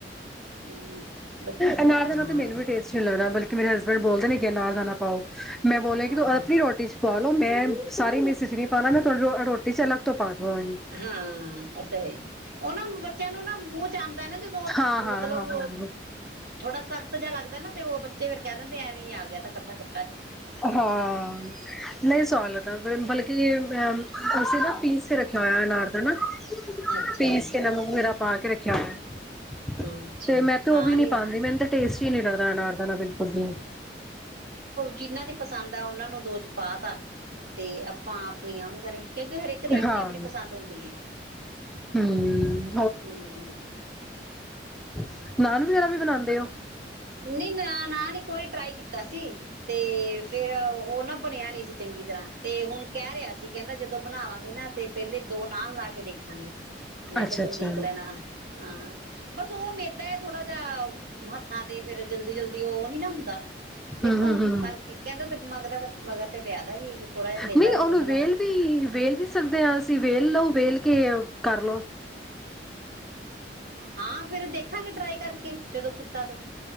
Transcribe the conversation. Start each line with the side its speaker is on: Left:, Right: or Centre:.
Right: ਹੂੰ, ਬ
Centre: ਅਨਾਰ
Right: ਹਾਂ,
Centre: ਦਾ ਨਾਲ ਤੇ ਮੈਨੂੰ ਵੀ ਟੇਸਟ ਨਹੀਂ ਲੱਗਦਾ ਬਲਕਿ ਮੇਰੇ ਹਸਬੈਂਡ ਬੋਲਦੇ ਨੇ ਕਿ ਅਨਾਰ ਪਾਓ ਮੈਂ ਬੋਲਿਆ ਕਿ
Right: ਹਾਂ,
Centre: ਤੂੰ ਆਪਣੀ ਰੋਟੀ 'ਚ ਸਾਰੀ ਮੈਸਿਜ ਨਹੀਂ ਪਾਉਣਾ ਮੈਂ ਤੋਂ ਰੋਟੀ ਚਚ ਅੱਗ ਤੋਂ ਪਾ ਹਾਂ
Right: ਹਾਂ ਐ ਤਾਂ ਉਹ ਨਾ ਬੱਚਿਆਂ ਨੂੰ ਨਾ ਮੂੰਹ ਵਿੱਚ ਆਉਂਦਾ ਨਾ ਜਦੋਂ
Centre: ਹਾਂ ਹਾਂ
Right: ਮਤਲਬ
Centre: ਹਾਂ ਹਾਂ
Right: ਥੋੜਾ ਸਖ਼ਤ ਜਿਹਾ ਲੱਗਦਾ ਨਾ ਤੇ ਉਹ ਬੱਚੇ ਫੇਰ ਕਹਿ ਦਿੰਦੇ ਐਵੇਂ ਆ ਗਿਆ ਤਾਂ ਖ ਤਕ
Centre: ਹਾਂ ਨਹੀਂ ਸੁ ਲ ਬਲਕਿ ਅਸੀਂ ਨਾ ਪੀਸ ਕੇ ਰੱਖਿਆ ਹੋਇਆ ਅਨਾਰਦਾਨਾ
Right: ਅੱਛਾ,
Centre: ਪੀਸ ਕੇ ਨਮਕ ਵੇਰਾ ਪਾ ਕੇ ਰੱਖਿਆ ਹੋਇ
Right: ਅੱਛਾ
Centre: ਤੇ ਮੈਂ ਤੇ ਉਹ
Right: ਹਾਂ
Centre: ਵੀ ਨੀ ਪਾਉਂਦੀ ਮੈਨੂੰ ਟੇਸਟੀ ਨੀ ਲੱਗਦਾ ਅਨਾਰਦਾਨਾ ਬਿਲਕੁਲ ਵੀ
Right: ਜਿਨ੍ਹਾਂ ਦੇ ਪਸੰਦ ਆ ਉਹਨਾਂ ਨੂੰ ਦੋ ਚ ਪਾ ਤਾ ਤੇ ਆਪਾਂ ਆਪਣੀ ਉਹ ਵੀ ਕਰੇ ਕਿਉਂਕਿ ਹਰੇਕ ਦੀ ਆਪਣੀ
Centre: ਹਾਂ
Right: ਆਪਣੀ ਪਸੰਦ ਹੁੰਦੀ ਹੈ
Centre: ਹਮ
Right: ਹਮ
Centre: ਬਸ ਨਾਨ ਵਗੈਰਾ ਵੀ ਬਣਾਉਂਦੇ ਹੋ
Right: ਨਨ ਨਾਨ ਇੱਕ ਵਾਰੀ ਟਰਾਈ ਕੀਤਾ ਸੀ ਤੇ ਫੇਰ ਉਹ ਨਾ ਬਣਿਆ ਨ ਸੀ ਚੰਗੀ ਤਰ੍ਹਾਂ ਤੇ ਹੁਣ ਕਹਿ ਰਿਹਾ ਸੀ ਕਹਿੰਦਾ ਜਦੋਂ ਬਣਾਵਾਂਗੇ ਨਾ ਤੇ ਪਹਿਲੇ ਦੋ ਨਾਨ ਲਾ ਕੇ ਦੇਖਾਂਗੇ ਮੈਂ
Centre: ਅੱਛਾ
Right: ਕਿਹਾ ਚੱਲ
Centre: ਅੱਛਾ
Right: ਦੇਖ ਲੈਣਾ ਹਾਂ ਬਸ ਉਹ ਮੇਦਾ ਹੈ ਥੋੜਾਹਾ ਮਤ ਥਾਂ ਤੇ ਫੇਰ ਜਲਦੀ ਜਲਦੀ ਉਹ ਨੀ ਨਾ ਹੁੰਦਾ ਦੇਖੋ
Centre: ਹਮ
Right: ਹੁਣ
Centre: ਹਮ
Right: ਕਰਕੇ ਕਹਿੰਦਾ ਤੇ ਮਗਰ ਦਾ ਮਗਰ ਤੇ ਪਿਆਦਾ ਵੀ ਥੋੜ੍ਹਾ ਜਿਹਾ ਮੇਦਾ
Centre: ਨਹੀਂ
Right: ਵੀ
Centre: ਉਹਨੂੰ
Right: ਗੁੰਨ
Centre: ਵੇਲ
Right: ਲੈਣਾ
Centre: ਵੀ ਵੇਲ ਵੀ ਸਕਦੇ ਹਾਂ ਅਸੀਂ ਵੇਲ ਲਓ ਵੇਲ ਕੇ ਕਰ ਲੋ
Right: ਹਾਂ ਫੇਰ ਦੇਖਾਂਗੇ ਟਰਾਈ ਕਰਕੇ ਜਦੋਂ ਕੀਤਾ ਤੇ